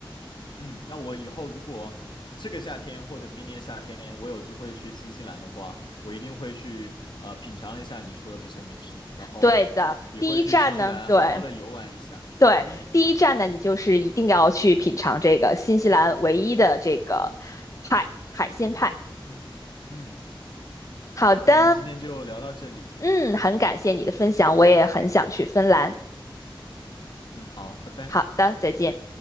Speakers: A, on the left; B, on the left.
A: 嗯，那我以后如果这个夏天或者明年夏天我有机会去新西兰的话，我一定会去呃品尝一下你说的这些美食，然后也会去新西兰好好的游玩一下。
B: 对的，第一站呢，对对，
A: 嗯。
B: 第一站呢，你就是一定要去品尝这个新西兰唯一的这个派，海鲜派。
A: 嗯嗯，
B: 好的，
A: 那我们今天就聊到这里。
B: 嗯，很感谢你的分享，我也很想去芬兰。
A: 嗯，好，拜拜。
B: 好的，再见。